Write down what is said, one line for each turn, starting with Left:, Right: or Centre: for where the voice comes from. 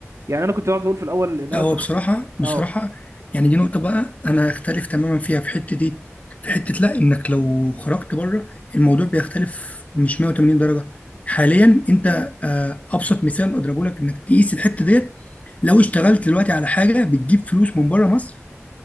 Right: يعني انا كنت بقعد اقول في الاول ان انا
Left: لا هو
Right: شخص
Left: بصراحة بصراحة
Right: اه
Left: يعني دي نقطة بقى أنا أختلف تماما فيها في حتة دي في حتة لا إنك لو خرجت بره الموضوع بيختلف مش 180 درجة حاليا أنت آه، أبسط مثال أضربه لك إنك تقيس الحتة ديت لو اشتغلت دلوقتي على حاجة بتجيب فلوس من بره مصر